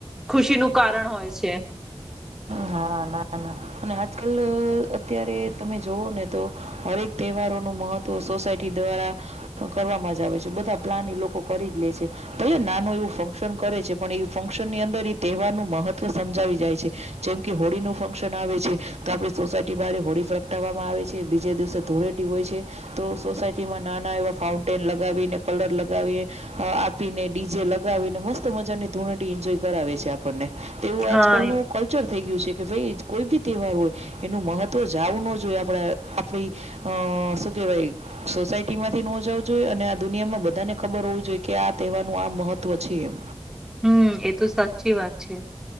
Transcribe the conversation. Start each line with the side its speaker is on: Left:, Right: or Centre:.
Centre: ખુશીનું કારણ હોય છે.
Right: ના ના અને આજકાલ અત્યારે તમે જોવઓ ને તો હરેક તહેવારો ન મહત્વ સોસાયટી દ્વારા કરવામાં જ આવે છે બધા પ્લાન એ લોકો કરી જ લે છે ભ નાનું એવું ફંક્શન ન કરે છે પણ એ ફંક્શનની અંદર એ તહેવારનું મહત્વ સમજાવી જાય છે. જેમ કે હોળીનું ફંક્શન આવે છે તો આપણી સોસાયટી બારે હોળી પ્રગટાવવામાં આવે છે બીજા દિવસે ધૂળેટી હોય છે તો સોસાયટીમાં નાના એવા ફાઉન્ટેન લગાવીને કલર લગાવીને આપીને ડીજે લગાવીને મસ્ત ત મજાની ધૂળટી એન્જોય કરાવે છે આપણને. તેવું આજકાલ
Centre: હા
Right: નું કલ્ચર થઈ ગયું છે કે ભાઈ કોઈ બી તહેવાર હોય એનું મહત્ત્વ જવું ન જોઈએ આપણા આપણી શું કહેવાય સોસાયટીમાંથી ન જાવું જોઈએ અને આ દુનિયામાં બધાને ખબર હોવું જોઈએ કે આ તહેવારનું આ મહત્ત્વ છે એમ.
Centre: હમ્મ એ તો સાચી વાત છે